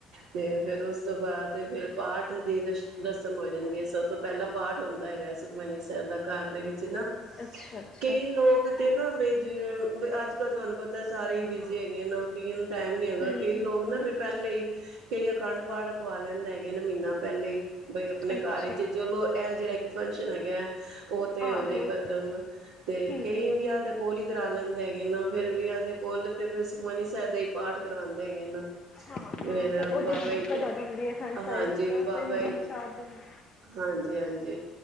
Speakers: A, on the right; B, on the left.
A: ਤੇ ਫਿਰ ਉਸ ਤੋਂ ਬਾਅਦ ਫ਼ਿਰ ਪਾਠ ਦੀ ਰਸ਼ ਰਸਮ ਹੋ ਜਾਂਦੀ ਹੈ। ਸਭ ਤੋਂ ਪਹਿਲਾਂ ਪਾਠ ਹੁੰਦਾਂ ਹੈਗਾ ਸੁਖਮਨੀ ਸਾਹਿਬ ਦਾ, ਘਰ ਦੇ ਵਿੱਚ ਨਾਂ।
B: ਅੱਛਾ ਅੱਛਾ
A: ਕਈ ਲੋਕ ਤੇ ਨਾਂ ਬਈ ਜਿ ਬੀ ਅੱਜ ਕੱਲ੍ਹ ਤੁਹਾਂਨੂੰ ਪਤਾ ਏ ਸਾਰੇ ਹੀ ਬਿਜ਼ੀ ਹੈਗੇ ਨੇ ਨੌਕਰੀਆਂ ਟੈਮ ਨੀਂ ਹੈਗਾ
B: ਹਮ
A: ਕਈ ਲੋਗ ਨਾਂ ਫ਼ਿਰ ਰੱਖਣ ਲਈ, ਕਈ ਅਖੰਡ ਪਾਠ ਰਖਵਾ ਲੈਂਦੇ ਹੈਗੇ ਨੇਂ ਮਹੀਨਾ ਪਹਿਲੇ ਹੀ। ਬਈ ਆਪਣੇ
B: ਅੱਛਾ
A: ਘਰ ਈਚ ਚਲੋਂ ਇਹ ਜਿਹੜਾ ਇੱਕ ਫੰਕਸ਼ਨ ਹੈਗਾ ਐਂ ਉਹ ਤੇ
B: ਆਹੋ
A: ਹੋਜ਼ੇ ਖ਼ਤਮ ਤੇ
B: ਹਮ
A: ਕਈ ਵਿਆਹ ਦੇ ਕੋਲ਼ ਹੀ ਕਰਾ ਲੈਂਦੇ ਹੈਗੇ ਨਾਂ, ਫ਼ਿਰ ਵਿਆਹ ਦੇ ਕੋਲ਼, ਤੇ ਫ਼ਿਰ ਸੁਖਮਨੀ ਸਾਹਿਬ ਦਾ ਹੀ ਪਾਠ ਕਰਵਾਉਂਦੇ ਹੈਗੇ ਨਾ।
B: ਹਾਂ
A: ਫ਼ਿਰ
B: ਹਾਂ ਫਿਰ ਉਹਦੇ
A: ਬਾਬਾ
B: ਚ ਦਿੱਕਤ
A: ਜੀ ਦੇ,
B: ਆ ਜਾਂਦੀ ਹੈ ਅਖੰਡ ਸਾਹਿਬ
A: ਹਾਂਜੀ
B: ਵਿੱਚ ਤਾਂ
A: ਬਾਬਾ
B: ਤਿੰਨ ਦਿਨ
A: ਜੀ,
B: ਚਾਰ ਦਿਨ
A: ਹਾਂਜੀ-ਹਾਂਜੀ।